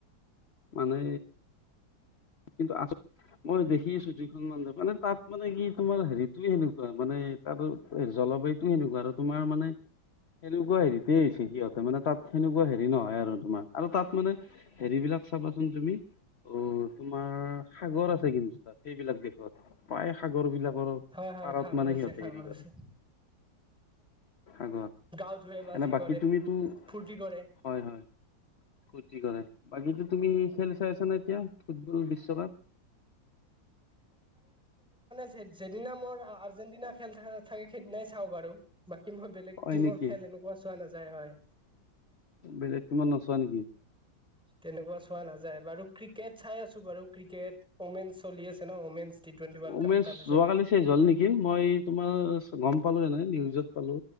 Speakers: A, on the left; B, in the centre.
A: মানে কিন্তু আ মই দেখি আছো দুইখন মান মানে তাত মানে কি তোমাৰ হেৰিতটোয়ে সেনেকুৱা মানে তাত জলবায়ুতটো সেনেকুৱা আৰু তোমাৰ মানে সেনেকুৱা হেৰিতেই হৈছে সিহঁতে মানে তাত সেনেকুৱা হেৰি নহয় আৰু তোমাৰ আৰু তাত মানে হেৰি বিলাক চাবাচোন তুমি অ তোমাৰ সাগৰ আছে কিন্তু তাত সেইবিলাক দেশত প্ৰায় সাগৰ বিলাক
B: হয় হয়
A: পাৰত
B: সাগৰ
A: মানে
B: আছে
A: সিহঁতে
B: সাগৰ
A: হেৰি কৰে
B: আছে
A: আগৰ
B: গাও ধুৱে বা
A: এনে
B: যি
A: বাকী
B: কৰে
A: তুমিতো হয়
B: ফূৰ্তি কৰে
A: হয় কৰে বাকী তুমি খেল চাই আছা নে এতিয়া ফুটবল বিশ্বকাপ
B: যদিনা মোৰ আৰ্জেন্টিনা খেল থাকে সেইদিনাই চাওঁ বাৰু কিই বেলেগ
A: হয়
B: টিমৰ
A: নেকি
B: খেল এনেকুৱা চোৱা নাযায় হয়
A: বেলেগ তোমান নচোৱা নেকি
B: তেনেকুৱা চোৱা নাযায় বাৰু ক্ৰিকেট চাই আছো বাৰু ক্ৰিকেট ওমেন চলি আছে ন women T twenty world
A: উমেশ
B: cup তাৰপিছত
A: যোৱাকালি চ হল নেকি মই তোমাৰ গম পালো এনে নিউজত পালো